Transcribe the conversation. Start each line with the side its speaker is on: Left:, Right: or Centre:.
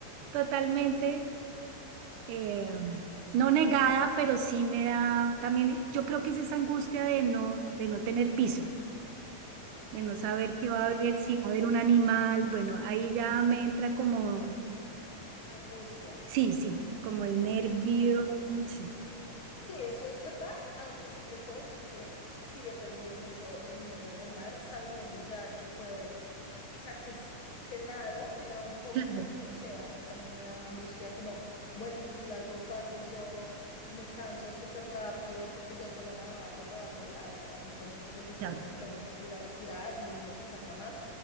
Right: totalmente, eh, no negada, pero sí me da también, yo creo que es esa angustia de no, de no tener piso, de no saber
Left: Sí,
Right: qué va
Left: es
Right: a haber,
Left: que eso
Right: si va a haber un animal, bueno, ahí ya me entra como,
Left: angustia.
Right: sí, sí, como el nervio,
Left: Sí,
Right: sí,
Left: Sí, eso es verdad, aunque sí te puedo decir que sí he perdido mucho el miedo en el mar, sabiendo ya que puedo, o sea, que, s- que nado, que nado un poco,
Right: claro,
Left: porque no sé, a mí también me daba angustia como, bueno, y si algo pasa y yo me canso súper rápido, porque yo solo nadaba por debajo del agua, entonces pues eso,
Right: claro,
Left: pues tengo que salir a respirar y uno se cansa más.